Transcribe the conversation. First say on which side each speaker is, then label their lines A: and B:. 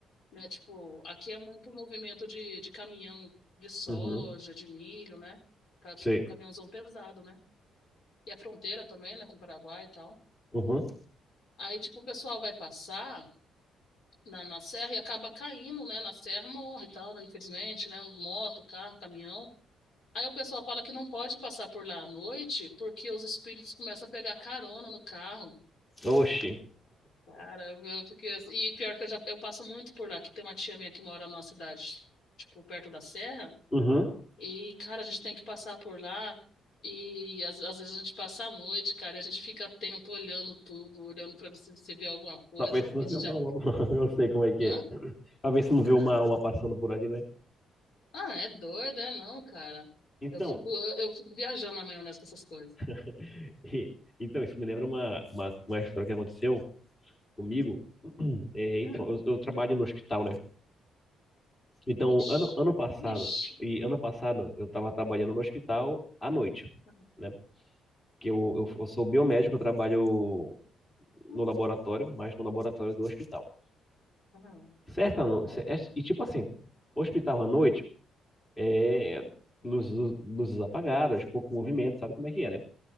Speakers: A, on the left (about 70°); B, on the left (about 25°).
A: né, tipo, aqui é muito movimento de, de caminhão de soja,
B: Uhum,
A: de milho, né? Tá,
B: sei.
A: Tipo, caminhãozão pesado, né? E a fronteira também, né, com o Paraguai e tal.
B: Uhum,
A: Aí, tipo, o pessoal vai passar na, na serra e acaba caindo, né? Na serra morre e tal, né? Infelizmente, né? Moto, carro, caminhão. Aí o pessoal fala que não pode passar por lá à noite porque os espíritos começam a pegar carona no carro.
B: oxi.
A: Cara, eu fiquei assim. E pior que eu já eu passo muito por lá, que tem uma tia minha que mora na nossa cidade, tipo, perto da serra.
B: Uhum,
A: E, cara, a gente tem que passar por lá. E às, às vezes a gente passa a noite, cara, e a gente fica atento, olhando tudo, olhando pra ver se, se vê alguma coisa.
B: pra ver se não
A: Isso
B: vê uma,
A: já.
B: uma- <laughs> Eu sei como é que
A: Hã?
B: é. Pra ver se não
A: Cara.
B: vê uma, uma passando por ali, né?
A: Ah, é doido, é não, cara.
B: Então,
A: Eu fico,
B: isso.
A: eu, eu fico viajando na maionese com essas coisas.
B: <laughs> E- Então, isso me lembra uma, uma, uma história que aconteceu comigo. <coughs> <clears throat> É,
A: Hum.
B: então, eu, eu trabalho no hospital, né? Então,
A: Ixi,
B: ano, ano passado,
A: ixi.
B: e ano passado eu estava trabalhando no hospital à noite,
A: <laughs>
B: né? Que eu, eu, eu sou biomédico, eu trabalho no
A: Uhum,
B: laboratório, mas no laboratório do hospital.
A: uhum.
B: Certa noite, e tipo assim, hospital à noite, é, luzes, luzes apagadas, pouco movimento, sabe como é que é, né?